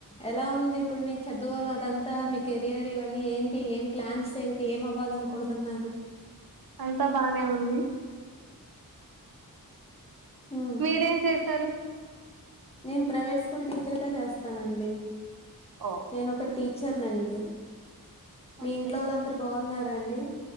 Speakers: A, on the left; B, on the right.
A: ఎలా ఉంది ఇప్పుడు మీ చదువు అదంతా మీ కెరియర్ ఇవన్నీ ఏంటి ఏం ప్లాన్స్ ఏంటి ఏం అవ్వాలనుకుంటున్నారు
B: అంతా బానే ఉంది
A: హ్మ్
B: మీరేం చేస్తారు
A: నేను ప్రైవేట్ స్కూల్ టీచర్ గా చేస్తానండి
B: ఓ
A: నేను ఒక టీచర్నండి మీ
B: ఓకే
A: ఇంట్లో వాళ్ళందరు బాగున్నారా అండి